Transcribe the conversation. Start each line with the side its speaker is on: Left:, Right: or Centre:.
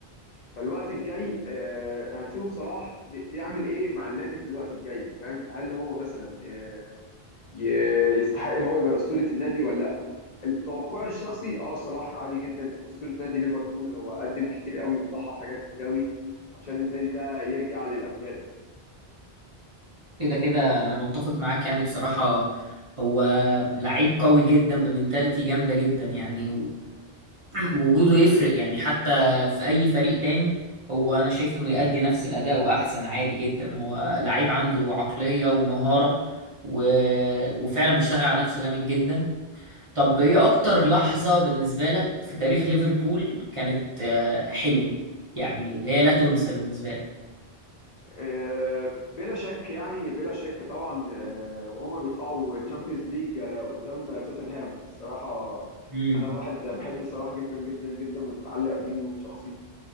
Left: فالوقت الجاي آه هنشوف صلاح بي- بيعمل ايه مع النادي في الوقت الجاي فاهم هل هو مثلا آه ي- يستحق ان هو يبقى اسطوره النادي ولا لا توقعي الشخصي اه صلاح عادي جدا اسطوره نادي ليفربول هو قدم كتير قوي وضحى بحاجات كتير قوي عشان النادي ده يرجع للامجاد
Right: كده كده انا متفق معاك يعني بصراحة هو لعيب قوي جدا بمنتاليتي جامدة جدا يعني ووجوده <clears throat> يفرق يعني حتى في اي فريق تاني هو انا شايف انه يؤدي نفس الاداء واحسن عادي جدا هو لعيب عنده عقلية ومهارة و... وفعلا بيشتغل على نفسه جامد جدا طب ايه اكتر لحظة بالنسبة لك في تاريخ ليفربول كانت آه، حلوة يعني اللي هي لا تنسى بالنسبة
Left: آه، بلا شك يعني بلا شك طبعا آه، وهما بيرفعوا تشامبيونز ليج قدام توتنهام الصراحة
Right: لك
Left: أنا واحد بحب صلاح جدا جدا جدا ومتعلق بيه وبشخصيته